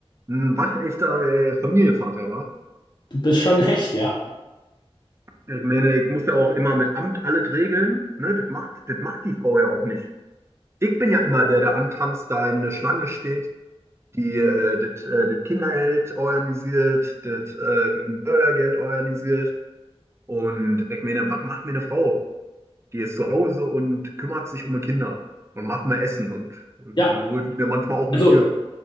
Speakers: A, on the right (about 25°); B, on the left (about 45°).
A: ein waschechter äh, Familienvater war.
B: Du bist schon ein Hecht, ja?
A: Ich meine, ich muss ja auch immer mit Amt alles regeln. Ne? Das macht, das macht die Frau ja auch nicht. Ich bin ja immer der, der antanzt, da in der Schlange steht, die äh, das äh, das Kindergeld organisiert, das ähm, Bürgergeld organisiert. Und ich meine, was macht mir eine Frau? Die ist zu Hause und kümmert sich um die Kinder und macht mir Essen und die
B: Ja,
A: holt mir manchmal auch ein
B: also
A: Bier.